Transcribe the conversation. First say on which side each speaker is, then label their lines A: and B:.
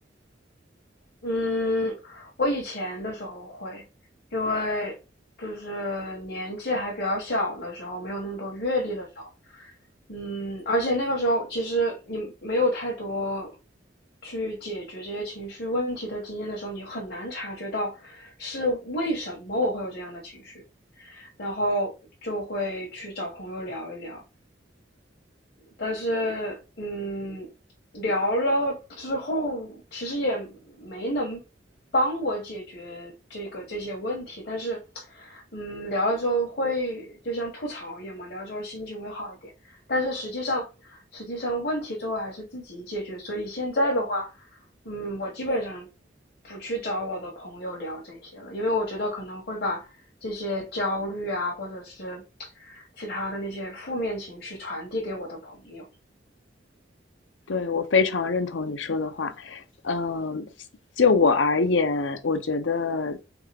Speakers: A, on the left; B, on the left.
A: 嗯，我以前的时候会，因为就是年纪还比较小的时候，没有那么多阅历的时候，嗯，而且那个时候其实你没有太多去解决这些情绪问题的经验的时候，你很难察觉到是为什么我会有这样的情绪，然后就会去找朋友聊一聊，但是嗯，聊了之后，其实也没能帮我解决这个这些问题，但是嗯，聊了之后会就像吐槽一样嘛，聊了之后心情会好一点，但是实际上实际上问题最后还是自己解决，所以现在的话，嗯，我基本上不去找我的朋友聊这些了，因为我觉得可能会把这些焦虑啊，或者是其他的那些负面情绪传递给我的朋友。
B: 对，我非常认同你说的话。嗯，就我而言，我觉得